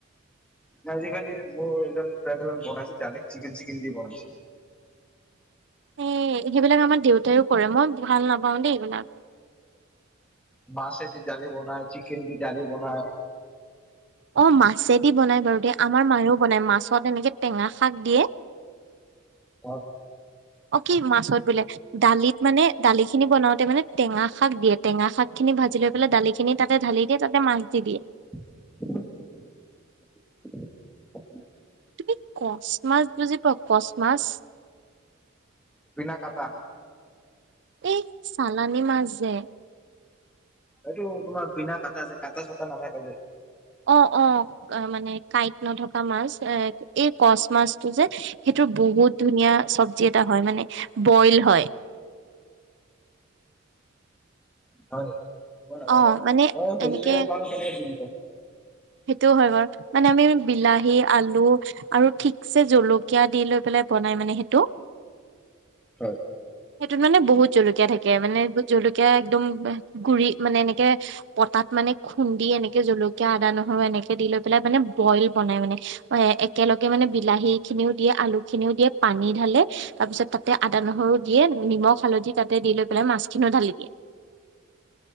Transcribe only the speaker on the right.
এ সেইবিলাক আমাৰ দেউতায়ো কৰে, মই ভাল নাপাওঁ দেই এইবিলাক।
অঁ', মাছ দি বনাই বাৰু দে, আমাৰ মায়েও বনাই মাছত এনেকৈ টেঙা শাক দিয়ে।
অ, কি মাছত বোলে, দালিত মানে দালি খিনি বনাওঁতে মানে টেঙা শাক দিয়ে, টেঙা শাক খিনি ভাজি লৈ পেলাই দালি খিনি তাতে ঢালি দিয়ে, তাতে মাছ দি দিয়ে।
তুমি কচ মাছ বুজি পোৱা, কচ মাছ?
এই চালানি মাছ যে।
অ', অ', মানে কাইটে নথকা মাছ এই কচ মাছটো যে। সেইটো বহুত ধুনীয়া ছাবজি এটা হয়, মানে বইল হয়।
অ',
মানে
এনেকে
সেইটোও হয় বাৰু, মানে আমি বিলাহী আলু আৰু থিকচে জলকীয়া দি লৈ পেলাই বনাই মানে সেইটো।
সেইটোত মানে বহুত জলকীয়া থাকে, মানে জলকীয়া একদম গুৰি মানে এনেকে পটাত মানে খোন্দি এনেকৈ জলকীয়া আদা নোহোৱাকৈ এনেকৈ দি লৈ পেলাই, মানে বইল বনাই মানে। এই একেলগে মানে বিলাহীখিনিও দিয়ে, আলুখিনিও দিয়ে, পানী ঢালে তাৰপিছত তাতে আদা নহৰু দিয়ে নিমখ হালধি তাতে দি লৈ পেলাই মাছখিনি ও ঢালি দিয়ে।